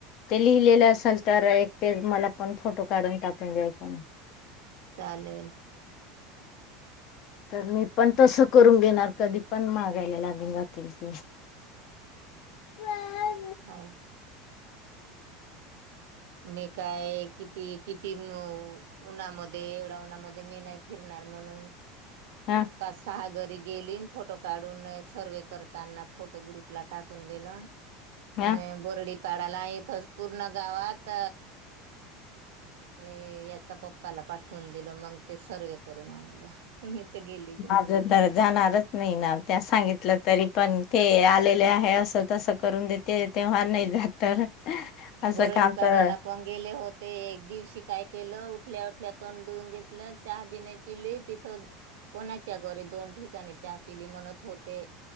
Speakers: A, on the left; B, on the right.
A: ते लिहिलेले असल तर एक तेे मला पण फोटो काढून टाकून द्यायच ना.
B: चालेल.
A: तर मी पण तसं करून घेणार कधी पण मागायला लागून जातील ते ह
B: हो मी काय किती किती उन्हामध्ये एवढ्या उन्हामध्ये मी नाही फिर नाही म्हण
A: हा
B: पाच सहा घर गेली फोटो काढून सर्वे करताना फोटो ग्रुपला टाकून दिलन
A: हा
B: आणि बोरडीपाडाला इथच पूर्ण गावात हे याचा पप्पाला पाठवून दिलं मग ते सर्वे करून आणलं मी तर गेलीच नाही
A: माझ तर जाणारच नाही ना त्या सांगितलं तरी पण ते आलेले आहे असं तसं करून देत तेव्हा नाही जात तर असं
B: बरडीपाडाला
A: का तर
B: पण गेले होत ते एक दिवशी काय केलं उठल्या उठल्या तंण दुऊून घेतलं चहा बी नाही पिली तिथं कोणाच्या घरी दोन ठिकाणी चहा पिली म्हणत होते